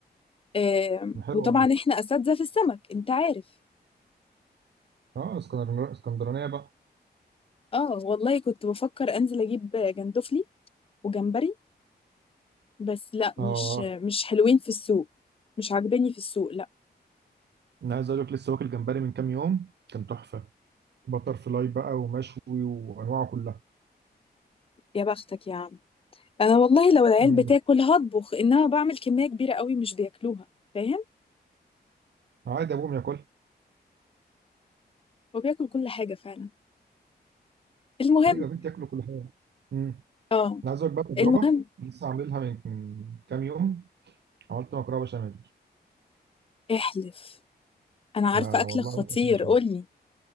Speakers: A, on the left (about 35°); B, on the right (about 85°).
A: إيه
B: حلو
A: وطبعا
B: والله
A: احنا أساتذة في السمك انت عارف
B: اه اسكندرانية اسكندرانية بقى
A: اه والله كنت بفكر انزل اجيب جندفلي وجمبري بس لا مش
B: اه
A: مش حلوين في السوق مش عاجباني في السوق لا
B: انا عايز اقول لك لسه واكل جمبري من كام يوم كان تحفة بتر فلاي بقى ومشوي وانواعه كلها
A: يا بختك يا عم انا والله لو العيال
B: امم
A: بتاكل هطبخ انما بعمل كميه كبيره قوي مش بياكلوها فاهم
B: عادي ابوهم ياكل
A: وبياكل كل حاجه فعلا المهم
B: ايوه يا بنتي ياكلوا كل حاجة امم
A: اه
B: انا عايز اقول لك بقى تجربة
A: المهم
B: لسه عاملها من من كام يوم عملت مكرونة بشاميل
A: احلف انا عارفه
B: اه
A: اكلك
B: والله
A: خطير
B: عملت مكرونة بشاميل
A: قولي